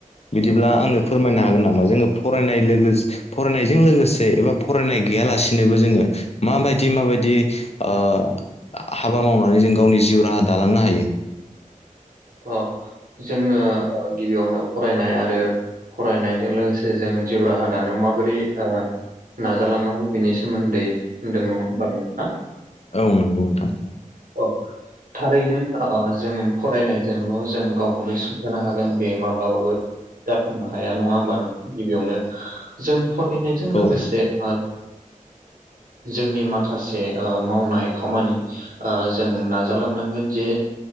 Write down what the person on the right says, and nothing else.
नोंथां
अ जोङो गिबियावनो फरायनाय आरो फरायनायजों लोगोसे जों जिउ राहा दानायाव माबोरै नाजालांनांगौ बेनि सोमोन्दै होनदों नङा होमबा नोंथाङा
औ थारैनो ओ जों फरायनायजोंल' जों गाव खौनो सुंथानो हागोन बे माब्लाबाबो जाफुंनो हाया नङा होमबा नोंथां गिबियावनो जों फरायनायजों
लोगोसे ओ
जोंनि माखासे ओ मावनाय खामानि ओ जों नाजालांनांगोन जे